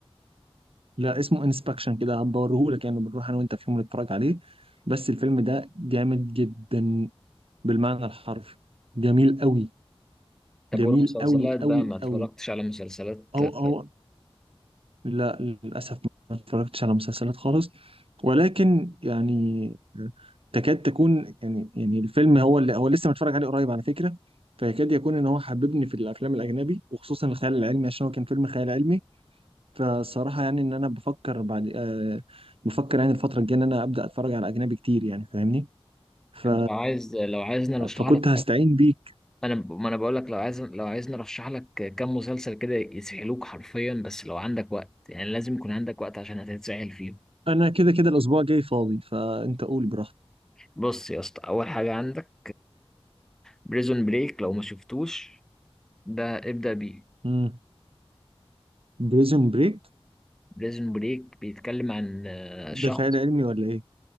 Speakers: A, on the right (about 65°); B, in the centre.
A: لا اسمه انسبكشن كده هبوريهولك يعني بنروح انا وانت في يوم نتفرج عليه بس الفيلم ده جامد جدا بالمعنى الحرفي جميل قوي
B: طب
A: جميل
B: والمسلسلات
A: قوي
B: بقى
A: قوي
B: ما اتفرجتش
A: قوي
B: على مسلسلات
A: او
B: آه،
A: او لا للاسف ما اتفرجتش على مسلسلات خالص ولكن يعني تكاد تكون يعني يعني الفيلم هو اللي هو لسه متفرج عليه قريب على فكرة فيكاد يكون ان هو حببني في الافلام الاجنبي وخصوصا الخيال العلمي عشان هو كان فيلم خيال علمي فصراحة يعني إن أنا بفكر بعد آه بفكر يعني الفترة الجاية إن أنا أبدأ أتفرج على أجنبي كتير يعني فاهمني ف
B: انت لو عايز لو عايزني أنا اشرح
A: فكنت
B: لك
A: هستعين بيك
B: انا ما انا بقول لك لو عايز لو عايزني ارشح لك كام مسلسل كده يسحلوك حرفيا بس لو عندك وقت يعني لازم يكون عندك وقت عشان هتتسحل فيهم
A: أنا كده كده الأسبوع الجاي فاضي فأنت قول براحتك
B: بص يا اسطى اول حاجه عندك بريزون بريك لو ما شفتوش ده ابدا بيه
A: امم بريزون بريك
B: بريزون بريك بيتكلم عن آه، شخص
A: ده خيال علمي ولا إيه؟